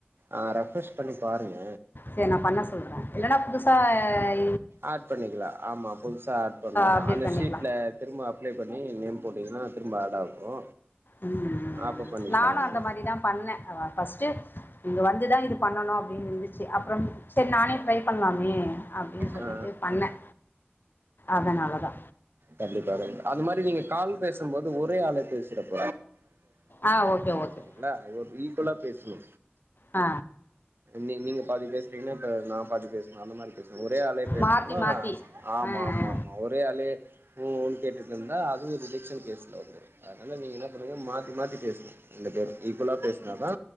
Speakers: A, on the right (about 65°); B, on the left (about 55°).
A: ஆ ரெஃப்ரெஷ் பண்ணி பாருங்க
B: இத நா பண்ண சொல்ற இல்லன்னா புதுசா அ
A: ஆட் பண்ணிக்கலா ஆமா புதுசா ஆட் பண்ணுனா
B: அப்டேட்
A: அந்த
B: பண்ணிக்கலாம்
A: ஷீட்ல திரும்ப அப்ளை பண்ணி நேம் போட்டிங்ன்னா திரும்ப ஆட் ஆகு
B: ம் ம் ம்
A: அப்ப பண்ணிக்கலா
B: நானு
A: ஆமா
B: அந்த மாரிதா பண்ணே அவ ஃபர்ஸ்ட்டு இங்க வந்துதா இது பண்ணணு அப்டின் இருந்துச்சு அப்றோ செரி நானே ட்ரை பண்லாமே அப்டின்னு சொல்லிட்டு
A: ஆ
B: பண்ண அதனாலதா
A: கண்டிப்பாக அந்தமாரி நீங்க கால் பேசும்போது ஒரே ஆளுக் பேசுற <inaudible>
B: ஆ ஓகே ஓகே
A: ங்களா இது ஓர் ஈக்குல்லா பேஸ்ணு
B: ஆ
A: நீங் நீங்க பாதி பேசுறீங்னா இப்ப நா பாதி பேசணு அந்தமா பேஸ்னு ஒரே ஆளே பேஸ்னாலு
B: மாத்தி மாத்தி
A: ஆம்
B: ஆ
A: ஆம்
B: ஆ
A: ஆம் மா ஒரே ஆளே ஊ ஊன் கேட்டிட்ருந்தா அதுவு ரிஜெக்ஷன் கேஸ்ல வந்துரு அதால நீங்க என்ன பண்ணீங்க மாத்தி மாத்தி பேஸ்னு இந்த பேர் ஈக்வலா பேஸ்னாதா